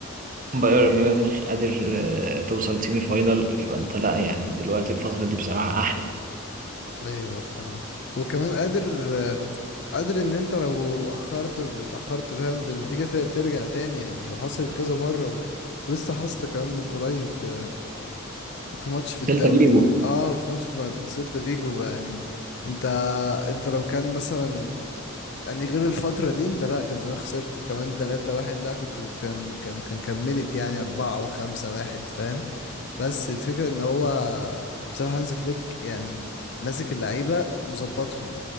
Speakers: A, on the right; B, on the left.
A: بايرن ميونخ قادر آه، توصل سيمي فاينال فانت لا يعني دلوقتي الفترة دي بصراحة احلى
B: ايوه فاهم وكمان قادر قادر ان انت لو اخرت اتاخرت فاهم بالنتيجة ت- ترجع تاني يعني وحصلت كذا مرة و... ولسه حاصلة كمان من قريب في في ماتش في
A: سيلتا
B: الدوري
A: فيجو
B: اه في ماتش في مع سيلتا فيجو يعني انت انت لو كان مثلا يعني غير الفترة دي انت لا كان زمان خسرت كمان تلاتة واحد لا كنت كان كان كان كملت يعني أربعة وخمسة واحد فاهم بس الفكرة ان هو بصراحة هانز فليك يعني ماسك اللعيبة مظبطهم